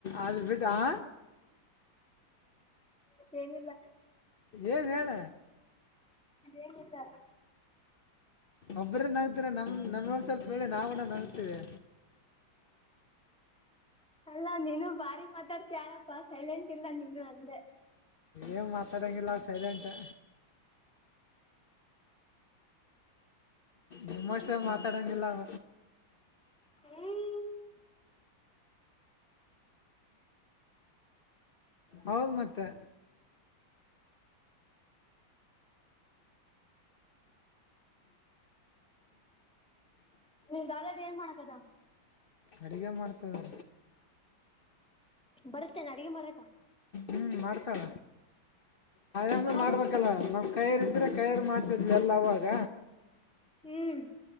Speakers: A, on the left; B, in the centre.
A: ಅದು ಬಿಟ್ಟ್ ಹಾ
B: ಏನಿಲ್ಲ
A: ಏನ್ ಹೇಳ
B: ಏನಿಲ್ಲ
A: ಒಬ್ರೆ ನಗ್ತಿರ ನಮ್ ನಮಗೊಂದ್ ಸ್ವಲ್ಪ ಹೇಳಿ ನಾವನ ನಗ್ತಿವಿ
B: ಅಲ್ಲಾ ನೀನು ಬಾರಿ ಮಾತಾಡ್ತ ಯಾರ <inaudible> ಸೈಲೆಂಟ್ ಇಲ್ಲ ನೀನು ಅಂದೆ
A: ಏನ್ ಮಾತಾಡಂಗಿಲ್ಲ ಸೈಲೆಂಟು ನಿಮ್ಮಷ್ಟೇನ್ ಮಾತಾಡಂಗಿಲ್ಲವ
B: ಹ್ಮ್ <inaudible>
A: ಹೌದ್ ಮತ್ತೆ
B: ನಿ ಗಾಯಯಯಯಯ ಏನ್ ಮಾಡಕದ
A: ಅಡುಗೆ ಮಾಡ್ತದೆ
B: ಬರುತ್ತೇನೆ ಅಡ್ಗೆ ಮಾಡಕ
A: ಹ್ಞೂ ಮಾಡ್ತಾಳ ಅಮ್ಮೆ
B: ಅಬಾಬ
A: ಮಾಡ್ಬೇಕಲ್ಲ ನಾವ್ ಕೈಯರು ಇದ್ರೆ ಕೈರು ಮಾಡ್ತಿದ್ವಿ ಎಲ್ಲಾಗ
B: ಹ್ಮ್